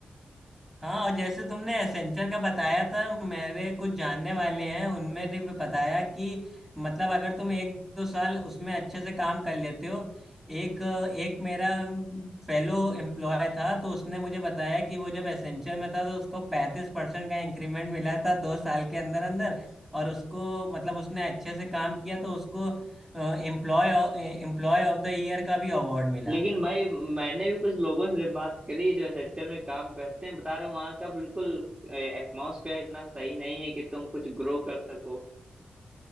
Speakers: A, in the centre; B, on the right.
A: हाँ और जैसे तुमने एसेंचर का बताया था मेरे कुछ जानने वाले हैं उनमें ने भी बताया कि मतलब अगर तुम एक दो साल उसमें अच्छे से काम कर लेते हो एक एक मेरा फेलो एम्प्लॉय था तो उसने मुझे बताया कि वो जब एसेंचर में था तो उसको पैंतीस परसेंट का इंक्रीमेंट मिला था दो साल के अंदर अंदर और उसको मतलब उसने अच्छे से काम किया तो उसको employee employee of the year का भी अवार्ड मिला
B: लेकिन भाई मैंने भी कुछ लोगों से बात करी जो सेक्टर में काम करते हैं बता रहे वहां का बिल्कुल एटमॉस्फेयर इतना सही नहीं है कि तुम कुछ ग्रो कर सको